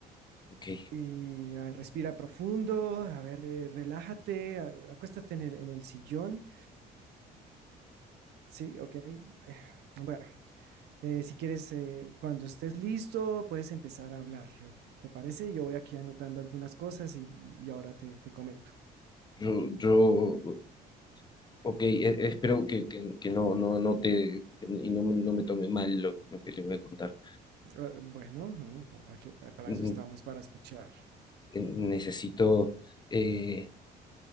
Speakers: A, on the left; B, on the right.
A: ok,
B: y ah, respira profundo. A ver, eh, relájate, a- acuéstate en el, en el sillón. Sí, ok. Eh, Bueno, eh, si quieres, eh, cuando estés listo, puedes empezar a hablar. ¿Te parece? Yo voy aquí anotando algunas cosas y, y ahora te, te comento.
A: yo, yo, ok, e- espero que, que- que no, no, no te, y no, me- no me tome mal lo, lo que le voy a contar.
B: Ah, bueno, no, pa- aquí- pa- para
A: Mm,
B: eso estamos, para escuchar.
A: eh, Necesito... eh,